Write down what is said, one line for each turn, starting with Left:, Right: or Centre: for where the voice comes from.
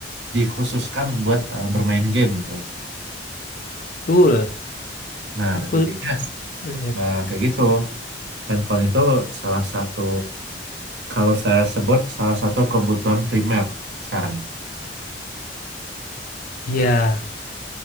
Right: dikhususkan buat eh, bermain game gitu.
Left: betul.
Right: Nah,
Left: Aku
Right: jadinya
Left: lihat.
Right: Nah, kayak gitu. Handphone itu salah satu, kalau saya sebut, salah satu kebutuhan primer sekarang.
Left: Iya.